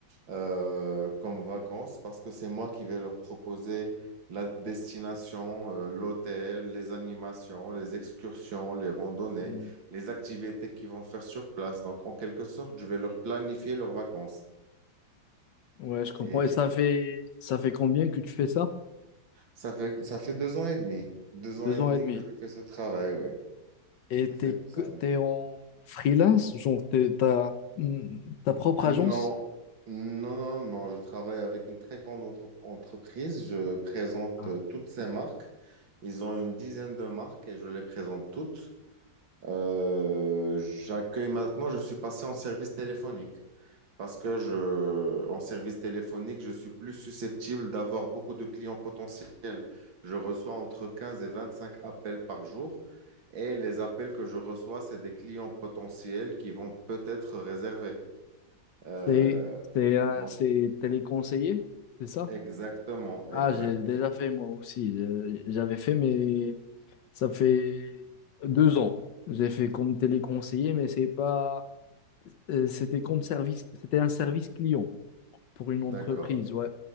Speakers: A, on the right; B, on the left.
A: euh, comme vacances parce que c'est moi qui vais leur proposer la destination, euh, l'hôtel, les animations, les excursions, les randonnées,
B: Hmm.
A: les activités qu'ils vont faire sur place. Donc, en quelque sorte, je vais leur planifier leurs vacances.
B: Ouais, je comprends.
A: Et
B: Et ça fait ça fait combien que tu fais ça?
A: ça fait, ça fait deux ans et demi, deux
B: Deux
A: ans et
B: ans
A: demi
B: et demi.
A: que je fais ce travail, ouais.
B: Et
A: Ça
B: t'es
A: fait deux
B: que-
A: ans
B: t'es en freelance, genre t'es- t'as hmm, ta propre
A: Non,
B: agence?
A: non, non, non. Je travaille avec une très grande entre- entreprise. Je présente
B: Ah.
A: euh, toutes ces marques. Ils ont une dizaine de marques et je les présente toutes. Euh, j'accueille maintenant, je suis passé en service téléphonique parce que je, en service téléphonique, je suis plus susceptible d'avoir beaucoup de clients potentiels. Je reçois entre 15 et 25 appels par jour. Et les appels que je reçois, c'est des clients potentiels qui vont peut-être réserver. Euh,
B: C'est c'est, euh,
A: donc,
B: c'est téléconseiller, c'est ça?
A: exactement,
B: Ah,
A: exactement.
B: j'ai déjà fait moi aussi. Je- J'avais fait, mais ça fait deux ans. J'ai fait comme téléconseiller, mais c'est pas. euh, C'était comme service. C'était un service client pour une entreprise,
A: D'accord.
B: ouais.